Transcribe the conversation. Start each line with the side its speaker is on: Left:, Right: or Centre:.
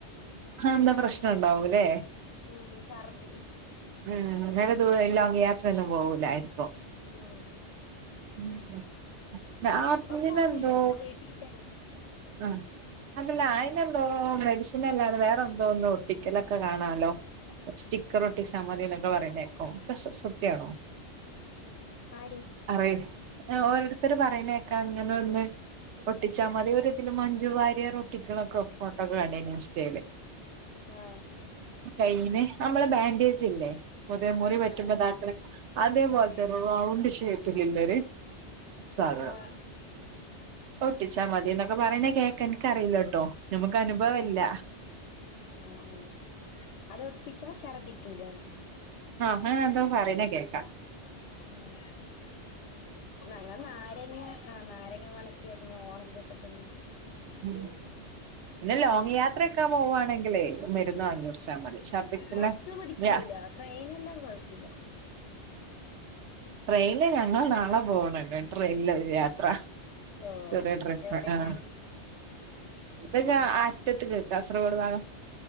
Right: ആഹഎന്താ പ്രശ്നം ഇണ്ടാവുംല്ലേ?
Left: ഉം ശർദി.
Right: ഉം നല്ല ദൂരെ ലോങ്ങ്‌ യാത്രൊന്നും പോകൂലായിരിക്കും.
Left: ഉം.
Right: ഉം ഉം ല്ലാ അ <unintelligible>
Left: ഇപ്പൊ പോണില്ല
Right: നെന്തോ
Left: ഇപ്പൊ വീട്ടിൽ തന്നെ
Right: ആഹ് അതല്ല
Left: ഉം
Right: അയിനെന്തോന്ന് മെഡിസിനല്ലാതെ വേറെ എന്തോന്ന്, ഒട്ടിക്കലൊക്കെ കാണാലോ? സ്റ്റിക്കറൊട്ടിച്ചാ മതീന്നൊക്കെ പറയുന്നേക്കും അ സ് സത്യാണോ?
Left: ആര്?
Right: പറയും ന്നെ ഓരോരുത്തര് പറയണേക്കാ ഇങ്ങനൊന്ന് ഒട്ടിച്ചാ മതി ഒരിതില് മഞ്ചു വാര്യർ ഒട്ടിക്കണൊക്കെ ഫോട്ടോക്കെ കാണ്ടിനു ഇൻസ്റ്റയില്.
Left: ആഹ്
Right: കൈന് നമ്മളെ ബാൻഡേജ്ല്ലേ? മുതെ മുറിപറ്റുമ്പോ
Left: ആഹ്
Right: ഇതാക്കന്നെ അതേപോലെത്തെ
Left: ആഹ്
Right: റൗണ്ട് ഷേപ്പില്ലേ ഒരു. സാധനം
Left: ആഹ് ആഹ്
Right: അതൊട്ടിച്ചാ മതിന്നൊക്കെ പറീണ കേക്കാ ഇൻക്കറീല്ലാട്ടോ ഞമ്മക്ക് അനുഭവല്ല
Left: ആഹ് ആഹ് ആഹ് അതൊട്ടിച്ചാ ശർദ്ദിക്കൂലാന്
Right: ആഹ് അങ്ങനെന്തോ പറീണ കേക്കാ
Left: ആഹ് ഞങ്ങൾ നാരങ്ങ ആ നാരങ്ങ മണത്തിയേ പിന്നെ ഓറഞ്ചോക്കെ തിന്ന്
Right: ഉം പിന്നെ ലോങ്ങ്
Left: ഉം
Right: യാത്രൊക്കാ പോവാണെങ്കിലേ മരുന്ന് വാങ്ങിയേച്ചാ മതി ഛർദിക്കുള്ള
Left: ബസ്സ് പിടിക്കൂല
Right: യാ
Left: ട്രെയിനെല്ലാം കൊഴപ്പില്ല.
Right: ട്രെയിനില് ഞങ്ങള് നാളെ പോണ്ണ്ട് ട്രെയിന്ലൊരു യാത്ര
Left: ഓ
Right: പുതിയ ട്രെൻഡ്
Left: എവിടേക്കാണ്
Right: അഹ് ആഹ് ഇ <unintelligible> അറ്റത്ത്ക്ക് കാസർഗോഡ് ഭാഗം